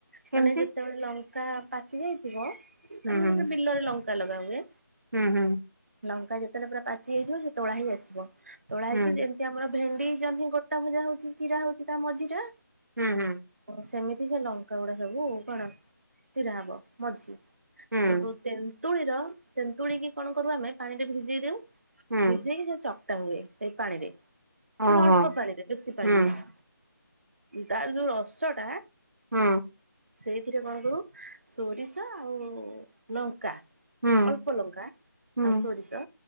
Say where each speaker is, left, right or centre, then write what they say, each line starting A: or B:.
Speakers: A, on the right; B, on the right.
A: କେମିତି
B: ମାନେ ଯେତ୍ ତେବେଳେ ଲଙ୍କା ପାଚି ଯାଇଥିବ ଆମର
A: ହୁଁ ହୁଁ।
B: ଯେତେବେଳେ ବିଲରେ ଲଙ୍କା ଲଗାହୁଏ
A: ହୁଁ ହୁଁ।
B: ଲଙ୍କା ଯେତେବେଳେ ପୁରା ପାଚି ଯାଇଥିବ ସେ ତୋଳା ହେଇକି ଆସିବ ତୋଳା
A: ହୁଁ
B: ହେଇକି ଯେମ ସିଏ ଆମର ଭେଣ୍ଡି ଜହ୍ନି ଗୋଟା ଭଜା ହଉଛି ଚିରା ହଉଛି ତା ମଝିଟା
A: ହୁଁ ହୁଁ।
B: ଓ ସେମିତି ସେ ଲଙ୍କାଗୁଡା ସବୁ କଣ ଚିରା ହବ ମଝି।
A: ହୁଁ
B: ସୋଉଠୁ ତେନ୍ତୁଳିର ତେନ୍ତୁଳି କି କଣ କରୁ ଆମେ ପାଣିରେ ଭିଜେଇ ଦେଉ
A: ହୁଁ
B: ସିଝେଇକି ଯୋଉ ଚକଟା ହୁଏ ସେଇ ପାଣିରେ
A: ଓହୋ
B: ମାନେ ଅଳ୍ପ ପାଣିରେ ବେଶୀ ପାଣି
A: ହୁଁ
B: ନୁହଁ ତାର ଯୋଉ ରସ ଟା
A: ହୁଁ।
B: ସେଇଥିରେ କଣ ଦବୁ ସୋରିଷ ଆଉ ଲଙ୍କା
A: ହୁଁ
B: ଅଳ୍ପ ଲଙ୍କା
A: ହୁଁ
B: ଆଉ ସୋରିଷ